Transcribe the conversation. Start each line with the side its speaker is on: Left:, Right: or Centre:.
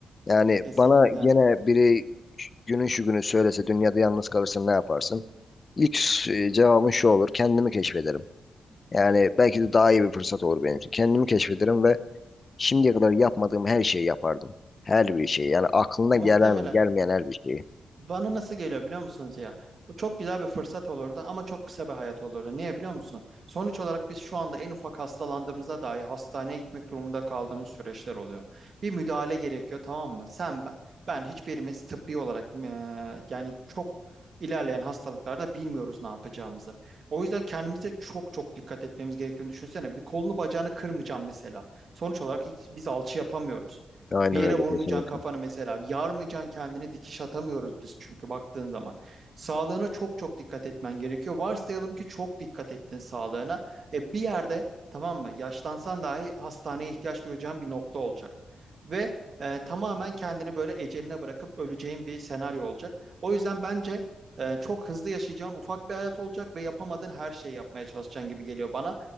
Left: Yani
Right: Kesinlikle.
Left: bana gene biri günün şu günü söylese dünyada yalnız kalırsın ne yaparsın? İlk e, cevabım şu olur kendimi keşfederim. Yani belki de daha iyi bir fırsat olur benim için. Kendimi keşfederim ve Şimdiye kadar yapmadığım her şeyi yapardım. Her bir şeyi. Yani aklına
Right: Muhtemelen.
Left: gelen, gelmeyen her bir şeyi.
Right: Bana nasıl geliyor biliyor musunuz ya? Bu çok güzel bir fırsat olurdu ama çok kısa bir hayat olurdu. Niye biliyor musun? Sonuç olarak biz şu anda en ufak hastalandığımızda dahi hastaneye gitmek durumunda kaldığımız süreçler oluyor. Bir müdahale gerekiyor tamam mı? Sen ben, ben hiçbirimiz tıbbi olarak eee, yani çok ilerleyen hastalıklarda bilmiyoruz ne yapacağımızı. O yüzden kendimize çok çok dikkat etmemiz gerektiğini düşünsene. Bir kolunu bacağını kırmayacağım mesela. Sonuç olarak hiç, biz alçı yapamıyoruz.
Left: Aynen
Right: Bir yere
Left: öyle
Right: vurmayacaksın
Left: kesinlikle.
Right: kafanı mesela. Yarmayacaksın kendini dikiş atamıyoruz biz çünkü baktığın zaman. Sağlığına çok çok dikkat etmen gerekiyor. Varsayalım ki çok dikkat ettin sağlığına. E bir yerde tamam mı? Yaşlansan dahi hastaneye ihtiyaç duyacağın bir nokta olacak. Ve e, tamamen kendini böyle eceline bırakıp öleceğin bir senaryo olacak. O yüzden bence e, çok hızlı yaşayacağın ufak bir hayat olacak ve yapamadığın her şeyi yapmaya çalışacaksın gibi geliyor bana.